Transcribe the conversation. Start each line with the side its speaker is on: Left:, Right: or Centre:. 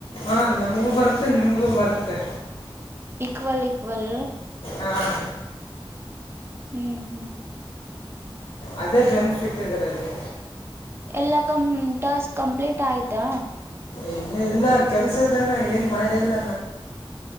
Left: ಹಾ ನಮಗೂ ಬರುತ್ತೆ ನಿಮ್ಗೂ ಬರುತ್ತೆ
Right: ಇಕ್ವಲ್ ಇಕ್ವಲ್
Left: ಹಾಂ
Right: ಹ್ಮ್ ಹ್ಮ್
Left: ಅದೇ ಬೆನಿಫಿಟ್ ಇದಾರೆ ಅಲ್ಲಿ
Right: ಎಲ್ಲಾ ಕ ಟರ್ಸ್ಕ್ ಕಂಪ್ಲೀಟ್ ಆಯ್ತಾ
Left: ಇನ್ನು ಇಲ್ಲ ಕೆಲ್ಸದ ಏನ್ ಮಾಡೇಿಲ್ಲ